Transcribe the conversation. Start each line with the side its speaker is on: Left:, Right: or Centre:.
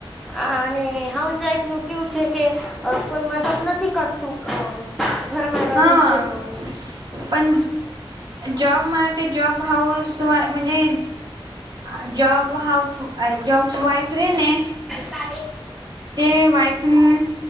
Centre: અને હાઉસવાઈફનું કેવું છે કે, કોઈ મદદ નથી કરતું ઘરમાં
Right: હા
Centre: રહે છે તો.
Right: પણ જોબ માટે જોબ હાઉસ વાઈ મજે અ જોબ હાઉસ જોબ વાઇફ રેય ને
Centre: કાલે
Right: તે વાઇફ નું